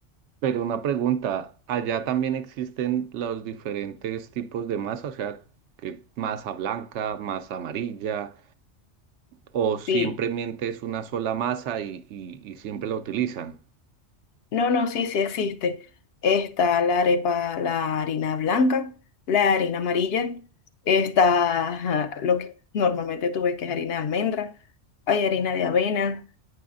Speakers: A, on the right; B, on the left.
A: Pero una pregunta, ¿allá también existen los diferentes tipos de masa? O sea, que masa blanca, masa amarilla, o simplemente
B: Sí,
A: es una sola masa y, y- y siempre la utilizan.
B: no, no, sí, sí existe. Está la arepa, la harina blanca, la harina amarilla, está ajá, lo que normalmente tú ves que es harina de almendra, hay harina de avena,